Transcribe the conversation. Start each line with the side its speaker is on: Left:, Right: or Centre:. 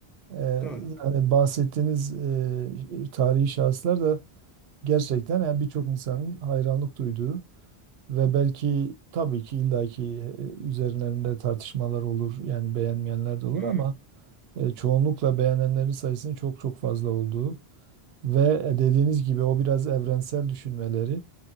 Right: Ee,
Centre: Doğru.
Right: hani bahsettiğiniz e, tarihi şahıslar da gerçekten yani birçok insanın hayranlık duyduğu Ve belki tabii ki illaki e, üzerlerinde tartışmalar olur. Yani beğenmeyenler de olur
Centre: Hı hı.
Right: ama e, çoğunlukla beğenenlerin sayısının çok çok fazla olduğu ve e, dediğiniz gibi o biraz evrensel düşünmeleri